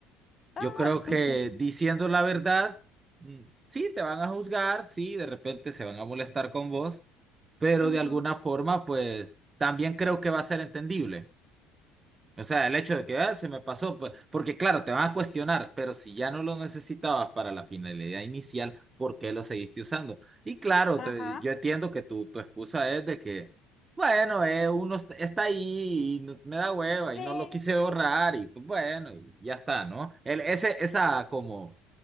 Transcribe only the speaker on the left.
Ah.
<laughs>
Ujú.
Ajá,
sí,